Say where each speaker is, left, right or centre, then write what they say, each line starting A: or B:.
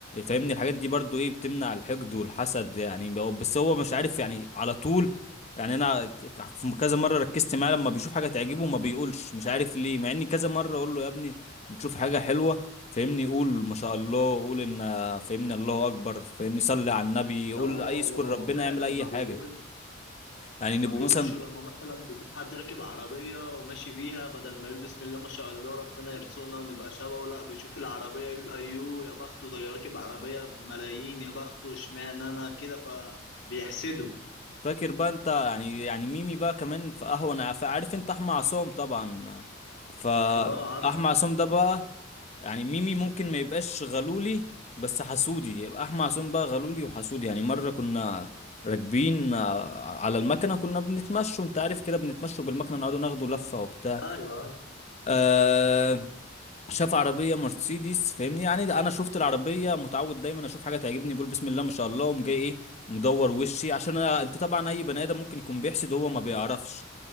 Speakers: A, on the left; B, on the left.
A: فاهمني الحاجات دي برضو ايه بتمنع الحقد والحسد يعني هو- بس هو مش عارف يعني على طول يعني انا في كذا مرة ركزت معاه لما بيشوف حاجة تعجبه ما بيقولش مش عارف ليه مع اني كذا مرة اقول له يا ابني ما تشوف حاجة حلوة فاهمني قول ما شاء الله قول ان فاهمني الله اكبر فاهمني صلي على النبي
B: لا
A: قول
B: هو
A: اي
B: هو
A: اذكر
B: هو
A: ربنا
B: فعلا
A: يعمل اي
B: ما
A: حاجة
B: بيقول
A: يعني نبقوا
B: ما بيقولش
A: مثلا
B: لما مثلا بيشوف حد راكب عربية وماشي بيها بدل ما يقول بسم الله ما شاء الله ربنا يرزقنا نبقى شبهه لا بيشوف العربية يقول أيوه يا بخته ده راكب عربية بملايين يا بخته اشمعنى أنا كده فبيحسده
A: فاكر بقى انت يعني يعني ميمي بقى كمان في قهوة انا ف- عارف انت احمد عصام طبعا فاحمد
B: اه عارف
A: عصام ده بقى يعني ميمي ممكن ما يبقاش غلولي بس حسودي يبقى احمد عصام بقى غلولي وحسودي يعني مرة كنا راكبين آه، على المكنة كنا بنتمشوا انت عارف كده بنتمشوا بالمكنة نقعدوا ناخدوا لفة وبتاع
B: ايوه ايوه
A: أه شاف عربية مرسيدس فاهمني يعني ده انا شفت العربية متعود دايما اشوف حاجة تعجبني بقول بسم الله ما شاء الله وقوم جاي ايه مدور وشي عشان أنا انت طبعا اي بني ادم ممكن يكون بيحسد وهو ما بيعرفش